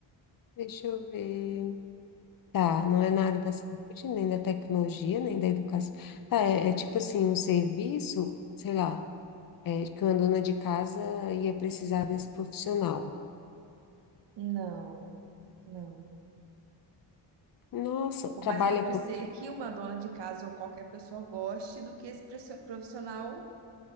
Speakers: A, on the left (about 50°); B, on the right (about 65°).
A: Deixa eu ver. Tá, não é na área da saúde, nem da tecnologia, nem da educação. Tá, é, é tipo assim, um serviço, sei lá, é, que uma dona de casa ia precisar desse profissional.
B: Não, não.
A: Nossa, trabalha
B: Mas pode
A: com
B: ser que uma dona de casa ou qualquer pessoa goste do que esse precio- profissional